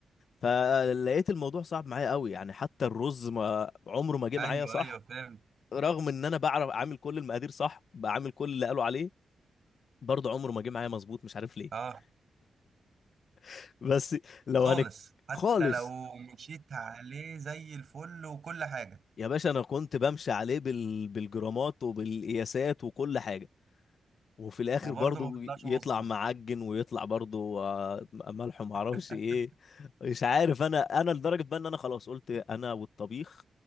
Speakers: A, on the left (about 70°); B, on the right (about 55°).
A: فلقيت الموضوع صعب معايا قوي يعني حتى الرز ما عمره ما جه
B: أيوه
A: معايا صح
B: أيوه فاهم
A: رغم ان انا بعرف اعمل كل المقادير صح بعمل كل اللي قالوا عليه برضه عمره ما جه معايا مظبوط مش عارف ليه
B: أه
A: <laughs> بس لو
B: خالص
A: هنك
B: حتى
A: خالص
B: لو مشيت عليه زي الفل وكل حاجة
A: يا باشا انا كنت بمشي عليه بال... بالجرامات وبالقياسات وكل حاجه وفي الاخر
B: وبرضه
A: برضه
B: ما بيطلعش
A: يطلع
B: مظبوط
A: معجن ويطلع برضه آه، ملح وما
B: <laughs>
A: اعرفش ايه مش عارف انا انا لدرجه بقى ان انا خلاص قلت انا والطبيخ